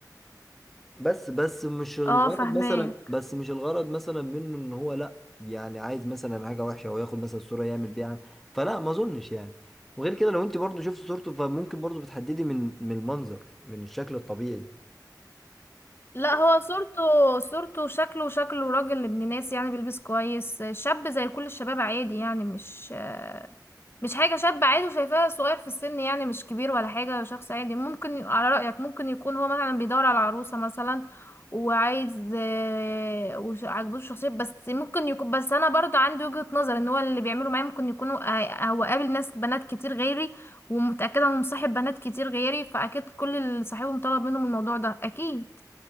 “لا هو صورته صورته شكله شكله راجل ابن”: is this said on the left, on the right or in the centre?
Left